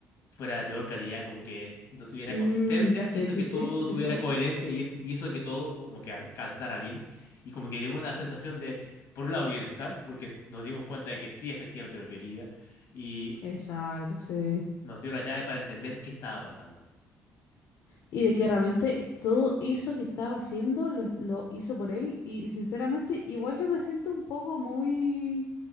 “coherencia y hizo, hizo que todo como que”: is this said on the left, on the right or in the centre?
Left